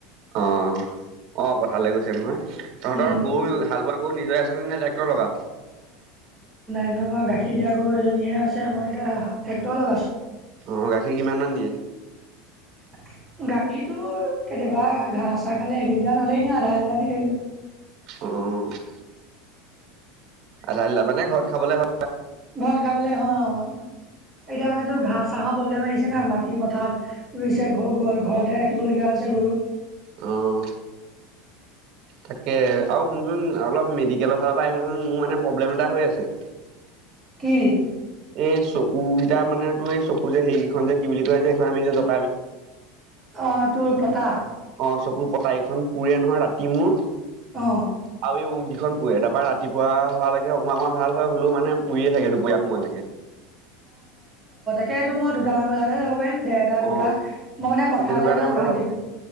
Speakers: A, on the right; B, in the centre.
A: অ'- অ', পথাৰলৈ গৈছে নহয়। তহঁতৰ
B: উম,
A: গৰু হাল বোৱা গৰু নিজৰে আছেনে নে ট্ৰেক্টৰ লগা।
B: এ আমাৰ গাখীৰ দিয়া গৰু এজনীহে আছে আমাৰ এতিয়া ট্ৰেক্টৰ লগাইছো।
A: অ' গাখীৰ কিমান মান দিয়ে।
B: <inaudible> গাখীৰটো কেতিয়াবা ঘাঁহ চাহ খালে এক লিটাৰ নহ'লে এনে আধা লিটাৰ দি থাকে।
A: অ'। আধা লিটাৰ মানে ঘৰত খাবলে হ
B: ঘৰত খাবলে হয়, এতিয়া মানেটো ঘাঁহ চাহৰ প্ৰব্লেম আহিছে ন মাটি পথাৰত। ৰুইছে ঘৰু ঘৰতে ৰাখিবলগীয়া হৈছে গৰু।
A: অ'। তাকে আৰু শুনচোন অলপ মেডিকেলৰ ফালৰ পৰা আহিম চোন মোৰ মানে প্ৰব্লেম এটা হৈ আছে। <inaudible>
B: কি?
A: এই চকু কেইটা মানে, তোৰ এই চকু যে হেৰিকেইখন যে কি বুলি কয় যে এইখন আমি যে জপ
B: অ' তোৰ পতা।
A: অ' চকুৰ পটাকেইখন পুৰে নহয় ৰাতি মোৰ।
B: অ'।
A: আৰু এই উটকেইখন পুৰে, তাৰপৰা ৰাতিপুৱা হোৱা লৈকে অকণমান-অকণমান ভাল হয়, হ'লেও মানে পুৰি এ থাকে দুপৰীয়া সময়লৈকে।
B: তাকেটো মই দুটামান বজাতে যাব পাৰিম, দেৰটা
A: অ
B: দুটা মই মানে পথাৰলৈ
A: তেনেকুৱা টাইমতে
B: যাম ভাত
A: যাব
B: দিম।